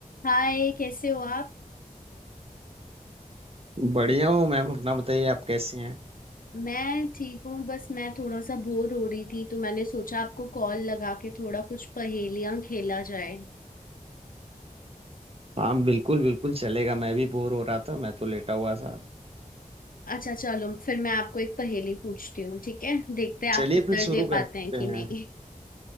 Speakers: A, on the left (about 80°); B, on the right (about 45°).
A: हाय कैसे हो आप
B: बढ़िया हूँ मैम अपना बताइए आप कैसी हैं
A: मैं ठीक हूँ बस मैं थोड़ा सा बोर हो रही थी तो मैंने सोचा आपको कॉल लगा के थोड़ा कुछ पहेलियां खेला जाए
B: हाँ बिल्कुल बिल्कुल चलेगा मैं भी बोर हो रहा था मैं तो लेटा हुआ था
A: अच्छा चलो फिर मैं आपको एक पहेली पूछती हूँ ठीक है देखते हैं आप
B: चलिए
A: उत्तर
B: फिर शुरू
A: दे पाते
B: करते
A: हैं कि नहीं
B: हैं